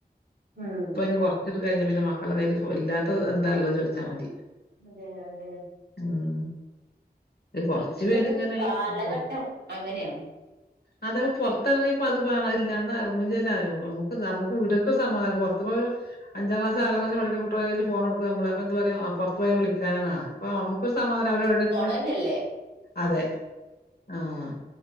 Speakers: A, on the right; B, on the left.
A: ഉം.
B: ഇപ്പ അയിന് കൊറ.. കഴഞ്ഞൽ പിന്നെ മക്കളുടെ കയ്യിൽ ഇല്ലാത്തത് എന്താ ള്ളത് ചോദിച്ചാൽ മതി.
A: അതെ അതെ
B: ഉം കൊറച്ചു
A: ഇപ്പത്തെ
B: പേര്ങ്ങ നൊയി
A: കാലഘട്ടം
B: ഈ..
A: അങ്ങനെയാണ്
B: അതേ പുറത്തിറങ്ങി ഇപ്പ അത് വണംഇല്ലാന്ന് ഇറങ്ങുലല്ല ആരും നമു നമക്ക് വീട്ർക്കും സമാധാനം. പുറത്ത് പോരു.. അഞ്ചാം ക്ലസ് ആറാം ക്ലാസ് പഠിക്ക കുടട്ട്യാളെ കയ്യി ഫോൺടുക്കും നമ്മള് അപ്പ എന്ത പറയാ പുറത്ത് പോയ വിളിക്കാനാ.. നമുക്കുംസമാധം അവര് എവിടെ തി
A: തന്നെയല്ലേ
B: അതെ ആഹ